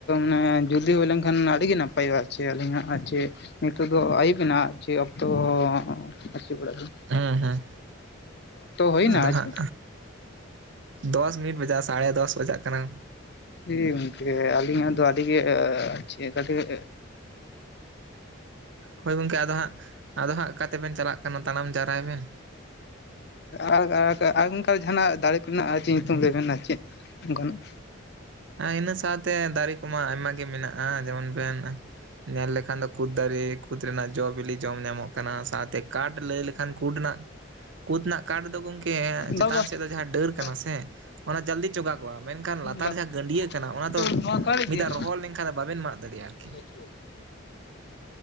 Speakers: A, on the left; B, on the right.
A: ᱢᱟᱱᱮ ᱡᱚᱞᱫᱤ ᱦᱩᱭ ᱞᱮᱱᱠᱷᱟᱱ ᱟᱹᱰᱤ ᱜᱮ ᱱᱟᱯᱟᱭᱚᱜᱼᱟ ᱟᱨᱼᱼ ᱪᱮ ᱟᱹᱞᱤᱧᱟᱜ ᱟᱨ ᱪᱮ ᱱᱤᱛᱚᱜ ᱫᱚ ᱟᱹᱭᱩᱵ ᱮᱱᱟ ᱟᱨ ᱪᱮ ᱚᱠᱛᱚ ᱟᱪᱩᱨ ᱵᱟᱲᱟ ᱟᱞᱤᱧ।
B: ᱦᱮᱸ ᱦᱮᱸ
A: ᱦᱩᱭᱱᱟ
B: ᱟᱫᱚ
A: ᱟᱨ
B: ᱦᱟᱜ
A: ᱪᱮ
B: ᱫᱚᱥ ᱢᱤᱱᱤᱴ ᱵᱟᱡᱟᱥ ᱥᱟᱲᱮ ᱫᱚᱥ ᱵᱟᱡᱟᱜ ᱠᱟᱱᱟ।
A: ᱦᱮᱸ ᱜᱚᱝᱠᱮ ᱟᱹᱞᱤᱧᱟᱜ ᱫᱚ ᱟᱹᱰᱤ ᱜᱮ ᱠᱟᱹᱴᱤᱡ
B: ᱦᱳᱭ ᱜᱚᱝᱠᱮ ᱟᱫᱚ ᱦᱟᱸᱜ ᱟᱫᱚ ᱦᱟᱸᱜ ᱚᱠᱟᱛᱮᱵᱮᱱ ᱪᱟᱞᱟᱜ ᱠᱟᱱᱟ ᱛᱟᱲᱟᱢ ᱡᱟᱣᱨᱟᱭ ᱵᱮᱱ।
A: ᱟᱨ ᱟᱨ ᱚᱱᱠᱟ ᱡᱟᱦᱟᱸᱱᱟᱜ ᱫᱟᱨᱮ ᱠᱚᱨᱮᱱᱟᱜ ᱟᱨ ᱪᱮᱛ ᱧᱩᱛᱩᱢ ᱞᱟᱹᱭ ᱵᱮᱱ ᱟᱨ ᱪᱮᱫ? ᱜᱚᱱᱚᱜᱼᱼ
B: ᱤᱱᱟᱹ ᱥᱟᱶᱛᱮ ᱫᱟᱨᱮ ᱠᱚᱢᱟ ᱟᱭᱢᱟ ᱜᱮ ᱢᱮᱱᱟᱜᱼᱟ ᱡᱮᱢᱚᱱ ᱵᱮᱱ ᱧᱮᱞ ᱞᱮᱠᱷᱟᱱ ᱫᱚ ᱠᱩᱫᱽ ᱫᱟᱨᱮ, ᱠᱩᱫᱽ ᱨᱮᱱᱟᱜ ᱡᱚᱼ ᱵᱤᱞᱤ ᱡᱚᱢ ᱧᱟᱢᱚᱜ ᱠᱟᱱᱟ, ᱥᱟᱶᱛᱮ ᱠᱟᱴ ᱞᱟᱹᱭ ᱞᱮᱠᱷᱟᱱ ᱠᱩᱫ ᱨᱮᱱᱟᱜ ᱠᱩᱫ ᱨᱮᱱᱟᱜ ᱠᱟᱴ ᱫᱚ ᱜᱚᱝᱠᱮ ᱪᱮᱛᱟᱱ
A: ᱵᱟ ᱵᱟ
B: ᱥᱮᱫ ᱫᱚ ᱡᱟᱦᱟᱸ ᱰᱟᱹᱨ
A: ᱵᱟ
B: ᱠᱟᱱᱟ ᱥᱮ ᱚᱱᱟ ᱡᱚᱞᱫᱤ ᱪᱚᱜᱟᱜᱚᱜᱼᱟ ᱢᱮᱱᱠᱷᱟᱱ ᱞᱟᱛᱟᱨ
A: ᱵᱟ
B: ᱡᱟᱦᱟᱸᱼᱼ <unintelligible> ᱠᱟᱱᱟ ᱚᱱᱟ
A: ᱟᱫᱚ
B: ᱫᱚ
A: ᱱᱚᱣᱟ ᱠᱟᱨ ᱤᱫᱤᱭᱟᱢ
B: ᱢᱤᱫ ᱫᱷᱟᱣ ᱨᱚᱦᱚᱲ ᱞᱮᱱᱠᱷᱟᱱ ᱵᱟ ᱵᱮᱱ ᱢᱟᱜ ᱫᱟᱲᱮᱭᱟᱜᱼᱟ ᱟᱨᱠᱤ।
A: <inaudible>